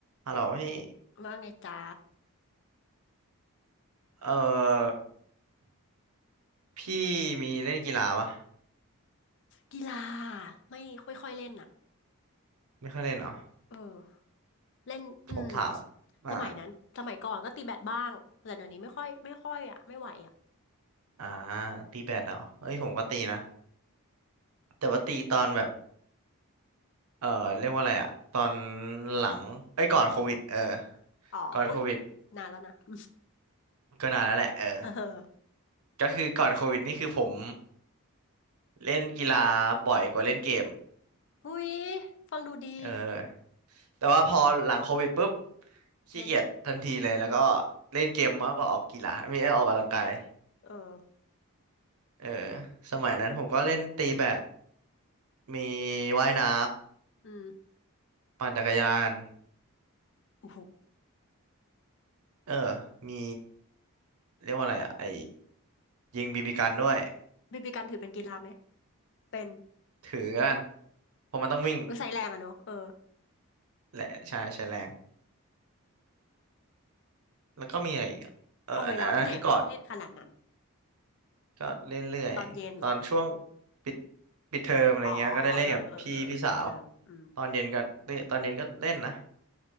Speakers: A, on the right; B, on the left.
A: ฮัลโหลพี่
B: ว่าไงจ๊ะ
A: เอ่อพี่มีเล่นกีฬาปะ
B: กีฬาไม่ค่อยค่อยเล่นอ่ะ
A: ไม่ค่อยเล่นเหรอ
B: เออเล่นอืม
A: ผมถามอ่า
B: สมัยนั้นสมัยก่อนก็ตีแบดบ้างแต่เดี๋ยวนี้ไม่ค่อยไม่ค่อยอ่ะไม่ไหวอ่ะ
A: อ่าตีแบดเหรอเอ้ยผมก็ตีนะแต่ว่าตีตอนแบบเอ่อเรียกว่าอะไรอะตอนหลังเอ้ยก่อนโควิดเออ
B: อ๋ออุ้ย
A: ก่อนโควิด
B: นานแล้วนะ <laughs>
A: ก็นานแล้วแหละเออ
B: เออ
A: ก็คือก่อนโควิดนี่คือผมเล่นกีฬาบ่อยกว่าเล่นเกม
B: อุ้ยฟังดูดี
A: เออแต่ว่าพอหลังโควิดปุ๊บขี้เกียจทันทีเลยแล้วก็
B: เล่น
A: เล่นเกมมากกว่าออกกีฬาไม่ได้ออกกำลังกาย
B: เออ
A: เออสมัยนั้นผมก็เล่นตีแบด มีว่ายน้
B: อืม
A: ำปั่นจักรยาน
B: โอ้โห
A: เออมีเรียกว่าอะไรอะไอยิงบีบีกันด้วย
B: บีบีกันถือเป็นกีฬาไหมเป็น
A: ถือกันเพราะมันต้องวิ่ง
B: เออใช้แรงอะเนอะเออ
A: และใช่ใช้แรงแล้วก็มีอะไรอีกอะเอออันอันอันนั้นคือกอด
B: เอาเวลาที่ไหนไปเล่นขนาดนั้น
A: ก็เรื่อยๆตอนช่วง
B: ตอนเย็นเหรอ
A: ปิดปิดเทอมอะไรเงี้ยก็ได้เล่นกับพี่พี่สาว
B: อ๋อเออเออเออปิดเทอมอืม
A: ตอนเย็นก็เล่นตอนเย็นก็เล่นนะ